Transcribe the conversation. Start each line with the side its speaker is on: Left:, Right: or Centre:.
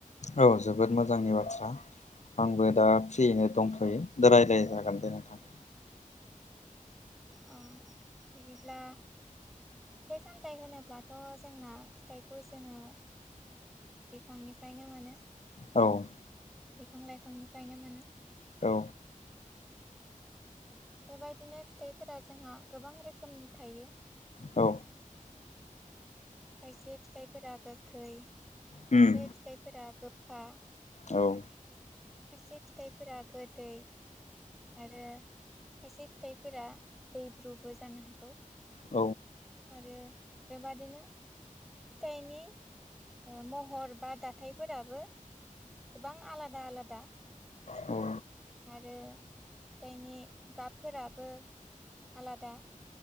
Left: औ जोबोद मोजांनि बाथ्रा आंबो दा फ्रियैनो दंथ'यो रायलाय जागोन दे नोंथां
Centre: ओ बिदिब्ला फिथाइ सामथाइ होनोब्लाथ' जोंना फिथाइखौ जोङो बिफांनिफ्रायनो मोनो
Left: औ
Centre: बिफां लाइफांनिफ्रायनो मोनो
Left: औ
Centre: बेबायदिनो फिथाइफोरा जोंहा गोबां रोखोमनि थायो
Left: औ
Centre: खायसे फिथाइफोरा गोखै खायसे
Left: उम
Centre: फिथाइफोरा गो फा
Left: औ
Centre: खायसे फिथाइफोरा गोदै आरो खायसे फिथाइफोरा दैब्रुबो जानो हागौ
Left: औ
Centre: आरो बेबादिनो फिथाइनि ओ महर बा दाथायफोराबो गोबां आलादा आलादा
Left: औ
Centre: आरो फिथाइनि गाबफोराबो आलादा